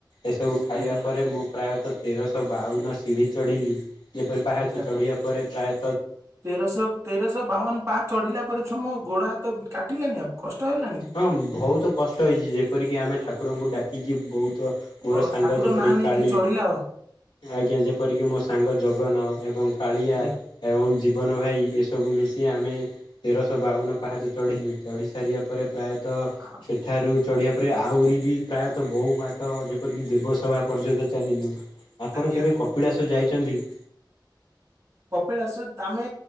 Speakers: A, on the left; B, on the right.
A: ଏସବୁ ଖାଇବା
B: ଆଜ୍ଞା
A: ପରେ ମୁଁ ପ୍ରାୟତଃ ତେରଶହ ବାଉନ ସିଢ଼ି ଚଢ଼ିଲି, ଯେପରି ପାହାଚ
B: ଆଜ୍ଞା
A: ଚଢ଼ିବା ପରେ ପ୍ରାୟ
B: ତେରଶହ ତେରଶହ ବାଉନ ପାହାଚ ଚଢିଲା ପରେ ତ ମୋ ଗୋଡ ହାତ କାଟିଲାନି ଆଉ। କଷ୍ଟ ହେଲାନି
A: ହଁ ବହୁତ କଷ୍ଟ ହେଇଛି। ଯେପରିକି ଆମେ ଠାକୁରଙ୍କୁ ଡାକିିକି ବହୁତ ତ ମୋର
B: ଓ
A: ସାଙ୍ଗ
B: ଠାକୁର
A: ଯେପରି
B: ନାଁ ନେଇକି
A: କାଳି
B: ଚଢିଲା ଆଉ
A: ଆଜ୍ଞା। ଯେପରିକି ମୋ ସାଙ୍ଗ ଜଗନ ଏବଂ କାଳିଆ
B: ଆଜ୍ଞା
A: ଏବଂ ଜୀ ଜୀବନ ଭାଇ, ଏସବୁ ମିଶି ଆମେ ତେରଶହ ବାଉନ ପାହାଚ ଚଢ଼ିଲୁ। ଚଢ଼ି ସାରିବା ପରେ ପ୍ରାୟ ତ,
B: ଆ-
A: ସେଠାରୁ ଚଢ଼ିବା ତାପରେ ଆହୁରି ବି ପ୍ରାୟତଃ ବହୁ ବାଟ, ଯେପରିକି ଦେବସଭା ପର୍ଯ୍ୟନ୍ତ ଚାଲିଲୁ। ଆପଣ
B: ଆଜ୍ଞା
A: କେବେ କପିଳାସ ଯାଇଚନ୍ତି କି?
B: କପିଳାସ ତା ଆମେ